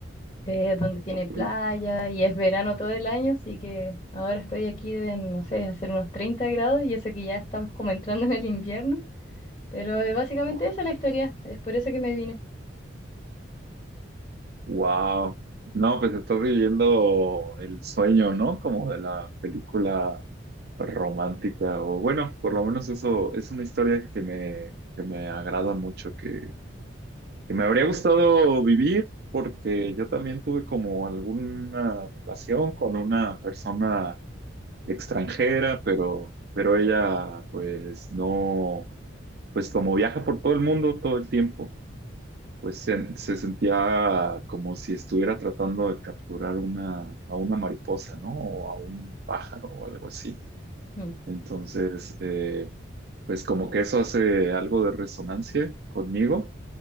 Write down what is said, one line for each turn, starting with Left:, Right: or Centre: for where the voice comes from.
Left: eh, donde tiene
Right: ok.
Left: playa y es verano todo el año, así que ahora estoy aquí de, no sé, hacer unos 30 grados y eso que ya estamos como entrando en el invierno. Pero eh, básicamente
Right: Ajá.
Left: esa es la historia, es por eso que me vine.
Right: Wow. No, pues estás viviendo el sueño, ¿no? Como de la película romántica, o bueno, por lo menos eso es una historia que me, que me agrada mucho, que, que me habría gustado vivir, porque yo también tuve como alguna relación con una persona extranjera, pero, pero ella, pues no, pues como viaja por todo el mundo todo el tiempo pues se, se sentía como si estuviera tratando de capturar una, a una mariposa, ¿no? O a un pájaro o algo así.
Left: Ujú,
Right: Entonces, eh, pues como que eso hace algo de resonancia conmigo,